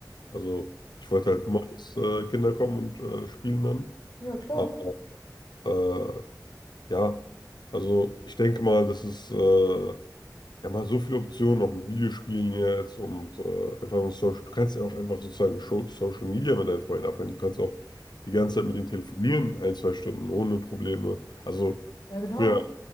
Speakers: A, on the left; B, on the left.
A: Also ich wollte halt immer, dass äh, Kinder kommen und äh, spielen dann.
B: Ja, klar.
A: Aber äh, ja, also ich denke mal, das ist äh, ja, man hat so viele Optionen auch mit Videospielen jetzt und äh, einfach mit Social. Du kannst ja auch einfach sozusagen Scho- Social Media mit deinen Freunden abhängen. Du kannst auch die ganze Zeit mit denen telefonieren, ein, zwei Stunden ohne Probleme. Also
B: Ja, genau.
A: früher